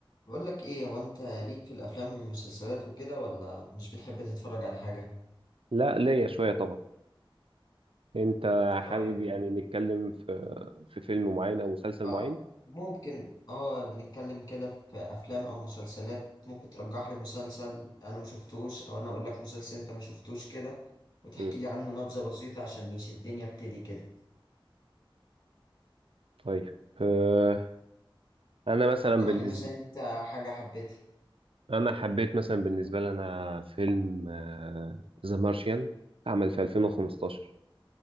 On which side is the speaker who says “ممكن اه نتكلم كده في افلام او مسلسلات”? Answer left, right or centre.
Left